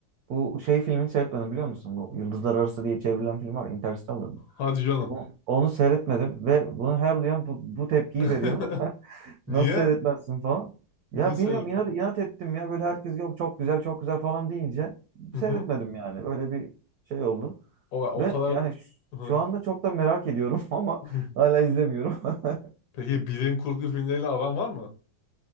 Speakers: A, on the right; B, on the left.
A: bu şey filmini seyretmedim biliyor musun? Bu Yıldızlar Arası diye çevrilen film var. Interstellar.
B: Hadi canım.
A: Onu, onu seyretmedim ve bunu her duyan bu, bu tepkiyi
B: <laughs>
A: veriyor. <laughs>
B: Niye?
A: Nasıl seyretmezsin falan. Ya
B: Niye seyrettin?
A: bilmiyorum inat, inat ettim ya. Böyle herkes yok çok güzel çok güzel falan deyince
B: Hı hı.
A: seyretmedim yani. Böyle bir şey oldu.
B: O, o
A: Ve
B: kadar...
A: yani şu,
B: Hı.
A: şu anda çok da merak ediyorum <laughs> ama
B: Hı.
A: hala izlemiyorum. <laughs>
B: Peki bilim kurgu filmleriyle aran var mı?